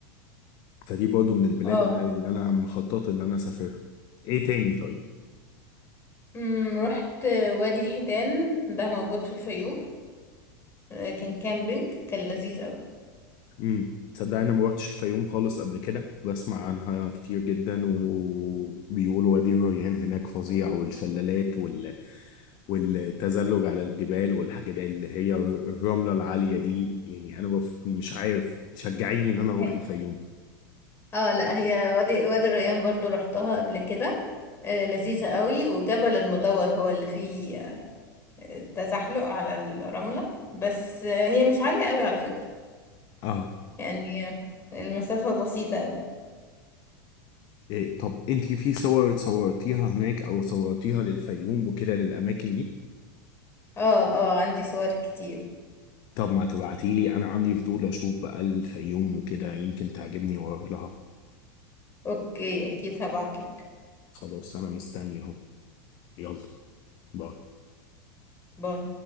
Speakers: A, on the left; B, on the left.
A: فدي برضو من البلاد
B: اه
A: اللي اللي أنا مخطط إن أنا أسافرها إيه تاني طيب؟
B: مم، رحت وادي حيتان ده موجود في الفيوم آه، كان كامبينج كان لذيذ قوي
A: امم تصدق أنا ما روحتش الفيوم خالص قبل كده بسمع عنها كتير جدا وبيقولوا وادي الريان هناك فظيع والشلالات وال... والتزلج على الجبال والحاجات اللي هي الر- الرملة العالية دي يعني أنا بف... مش عارف تشجعيني إن أنا أروح
B: هي-
A: الفيوم
B: اه لا هي وادي وادي الريان برضو رحتها قبل كده آه، لذيذة قوي وجبل المدور هو اللي فيه آه، تزحلق على الرملة بس آه، هي مش عالية قوي على فكرة
A: اه
B: يعني آه، المسافة بسيطة قوي
A: إيه طب انت في صور صورتيها هناك او صورتيها للفيوم وكده للاماكن دي
B: اه اه عندي صور كتير
A: طب ما تبعتي لي انا عندي فضول اشوف بقى الفيوم وكده يمكن تعجبني واروح لها
B: اوكي اكيد هبعتلك
A: خلاص انا مستني اهو يلا باي
B: باي